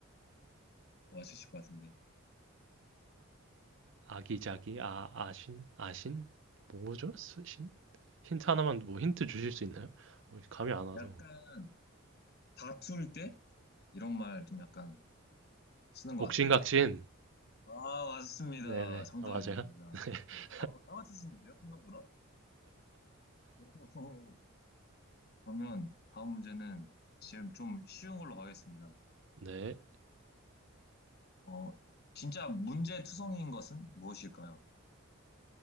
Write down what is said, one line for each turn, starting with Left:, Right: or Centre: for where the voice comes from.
Left: 와, 맞으실 것 같은데.
Right: 아기자기, 아, 아신, 아신? 뭐죠? 신? 힌트 하나만, 뭐 힌트 주실 수 있나요? 어, 감이 안 와서.
Left: 약간 다툴 때? 이런 말 좀 약간 쓰는 것 같아요.
Right: 옥신각신.
Left: 아, 맞습니다.
Right: 네네,
Left: 정답입니다.
Right: 아, 맞아요. <laughs>
Left: 아, 잘 맞히시는데요? 생각보다? <laughs> 오. 그러면 다음 문제는 지금 좀 쉬운 걸로 가겠습니다.
Right: 네.
Left: 어, 진짜 문제투성이인 것은 무엇일까요?